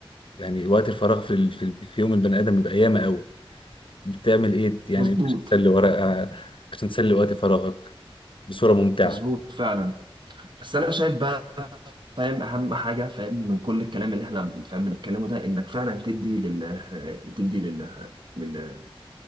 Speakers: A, on the left (about 60°); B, on the right (about 55°).
A: يعني وقت الفراغ في ال- في في يوم البني ادم بيبقى ياما قوي بتعمل ايه يعني
B: مظبوط
A: انت عشان تسلي ورقة عشان تسلي وقت فراغك بصورة ممتعة
B: مظبوط فعلا بس انا شايف بقى فاهم اهم حاجه فاهم من كل الكلام اللي احنا فاهم بنتكلمه ده انك فعلا تدي لل تدي لل لل